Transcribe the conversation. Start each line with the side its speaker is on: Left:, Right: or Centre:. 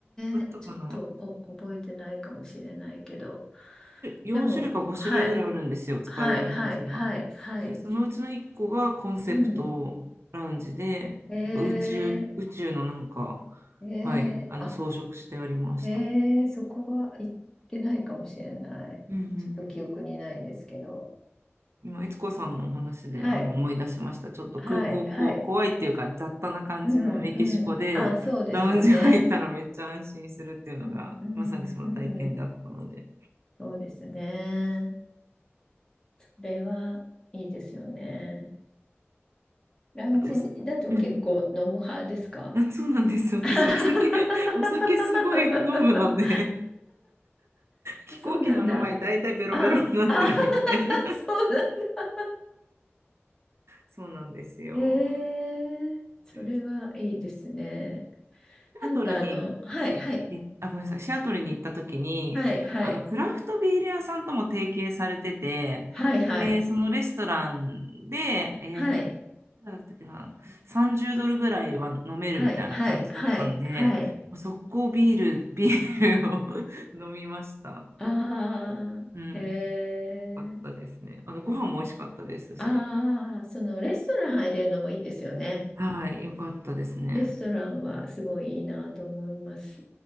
Right: あったかな
Left: え、ちょっとお覚えてないかもしれないけど。
Right: ?4
Left: でも、
Right: 種類か5種類ぐらいあるんですよ、
Left: はい、
Right: 使えるラウンジが。
Left: はい、はい、はい、はい。
Right: で、そのうちの1個がコンセプトラウンジで、
Left: うん。ええ、
Right: なんか宇宙、宇宙のなんか、
Left: え
Right: はい、
Left: え、
Right: あの装飾してありました。
Left: あ、ええ、そこは行ってないかもしれない。
Right: うんうんうん
Left: ちょっと記憶にないですけど。
Right: 今、いつこさんのお話であの思い出しました。
Left: はい、
Right: ちょっと空港こ怖いっていうか、
Left: はい、はい。
Right: 雑多な感じのメキシコで、
Left: うん、うん。あ、そうですよね。
Right: ラウンジ入ったらめっちゃ安心するっていうのが、
Left: うん、うん、
Right: まさにその体験だったので。
Left: うん。そうですね。それはいいですよね。ラウンジだと結構飲む派ですか
Right: あとおさ、うんあそうなんです。私、
Left: <laughs>
Right: お酒 <laughs>、お酒すごい飲むので、飛行機乗る前、
Left: そうなんだ。
Right: 大体ベロベロになってるみたいな。
Left: あ、あ、<laughs> そうなんだ。
Right: そうなんですよ。
Left: えー、それはいいですね。
Right: シ
Left: なんかあの、
Right: アトルに
Left: はい、はい、
Right: えあ、ごめんなさい。シアトルに行った時に、
Left: はい、はい、
Right: あの、クラフトビール屋さんとも提携されてて、
Left: はい、
Right: で、そのレストランで、えっと、
Left: はい、はい、
Right: いくらだったっけな、30ドルぐらいは飲めるみたいな感じだったんで、
Left: はい、はい、はい、はい。
Right: もう速攻ビール、ビールを <laughs> 飲みました。
Left: ああ、
Right: うん。
Left: えー、
Right: よかったですね。あの、ご飯も美味しかったですし。
Left: ああ、そのレストラン入れるのもいいですよね。
Right: はい、よかったですね。
Left: レストランはすごいいいなと思います。